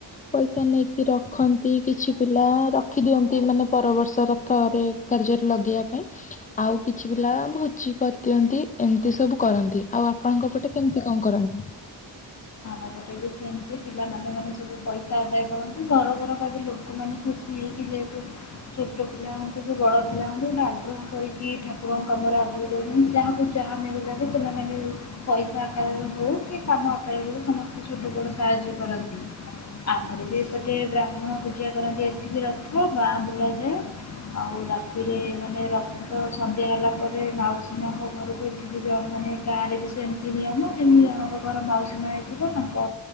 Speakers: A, on the left; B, on the left.
A: ପଇସା ନେଇକି ରଖନ୍ତି କିଛି ପିଲା ରଖି ଦିଅନ୍ତି ମାନେ ପର ବର୍ଷର ରଥରେ କାର୍ଯ୍ୟରେ ଲଗେଇବା ପାଇଁ ଆଉ କିଛି ପିଲା ବହୁତ କିଛି କରିଦିଅନ୍ତି ଏମିତି ସବୁ କରନ୍ତି ଆଉ ଆପଣଙ୍କ ପଟେ କେମିତି କଣ କରନ୍ତି।
B: ତାପଟେ ବି ସେମିତି ପିଲାମାନେ ମାନେ ସବୁ ପଇସା ଆଦାୟ କରନ୍ତି ଘର ଘର ପାଇଁ ବି ଲୋକମାନେ ଖୁସ ନେଇକି ଦେଦୁ। ଛୋଟ ପିଲା ହୁଅନ୍ତୁ କି ବଡ ପିଲା ହୁଅନ୍ତୁ ଗୋଟେ ଆଗ୍ରହ କରିକି ଠାକୁରଙ୍କ କାମରେ ଯାହାକୁ ଯାହା ମିଳିଲେ ବି ସେମାନେ ବି ପଇସା ଆକାରରେ ହେଉ କି କାମ ଆକାରରେ ସମସ୍ତେ ଛୋଟ ବଡ଼ ସାହାଯ୍ୟ କରନ୍ତି। ଆମର ବି ଏପଟେ ବ୍ରାହ୍ମଣ ପୂଜା କରନ୍ତି ଆସିକି ରଥ ଗାଁ ବୁଲାଯାଏ। ଆଉ ରାତିରେ ମାନେ ରଥ ତ ସନ୍ଧ୍ୟା ହେଲା ପରେ ମାଉସୀ ମାଙ୍କ ଘରକୁ <unintelligible> ମାନେ ଗାଁରେ ବି ସେମିତି ନିଅମ ଏମିତି ଜଣଙ୍କ ଘର ମାଉସୀ ମା ଥିବ ତାଙ୍କ